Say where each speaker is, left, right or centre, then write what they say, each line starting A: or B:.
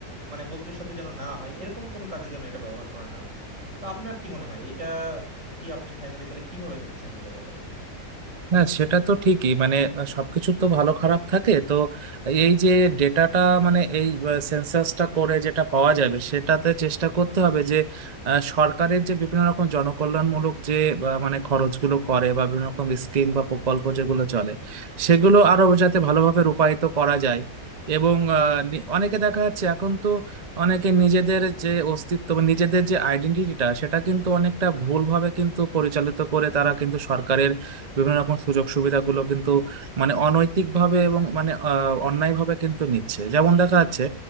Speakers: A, on the right; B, on the right.
A: মানে গোত্রের সাথে যেন না হয় এরকম কোনো কাজে যেন এটা ব্যবহার করা না হয় তো আপনার কি মনে হয় এটা কি আপনি ফাইনালি তাহলে কিভাবে দেখছেন এই জায়গাটাতে
B: হ্যাঁ সেটা তো ঠিকই মানে আহ, সবকিছু তো ভালো খারাপ থাকে তো এই যে ডেটাটা মানে এই সেন্সাসটা করে যেটা পাওয়া যাবে সেটাতে চেষ্টা করতে হবে যে আহ, সরকারের যে বিভিন্ন রকম জনকল্যাণমূলক যে আহ, মানে খরচগুলো করে বা বিভিন্ন রকম স্কিম বা প্রকল্প যেগুলো চলে সেগুলো আরো যাতে ভালোভাবে রূপায়িত করা যায় এবং আহ, নি- অনেকে দেখা যাচ্ছে এখন তো অনেকে নিজেদের যে অস্তিত্ব বা নিজেদের যে আইডেন্টিটিটা সেটা কিন্তু অনেকটা ভুলভাবে কিন্তু পরিচালিত করে তারা কিন্তু সরকারের বিভিন্ন রকম সুযোগ সুবিধাগুলো কিন্তু মানে অনৈতিকভাবে এবং মানে আহ, অন্যায়ভাবে কিন্তু নিচ্ছে যেমন দেখা যাচ্ছে